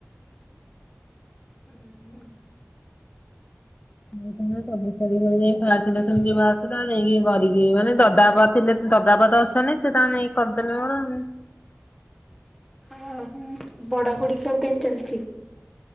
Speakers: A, in the centre; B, on the left.
A: ଉୁଁ ହୁଁ।
B: ମୋର ତ ଚବିଶ ତାରିଖ ଦିନ ଯାଇ ଫାଷ୍ଟ ସିଲେକସନ ବାହାରି ଥିଲା ଯାଇଁ କି ମାନେ ଦଦା ବାପା ଥିଲେ ଦଦା ବାପା ତ ଅଛନ୍ତି ସେ ତାଙ୍କର ନେଇକି କରିଦେଲେ ମୋର।
A: ଉଁ ହିଁ ବଢାପଢି ସବୁ କେମତି ଚାଲିଛି?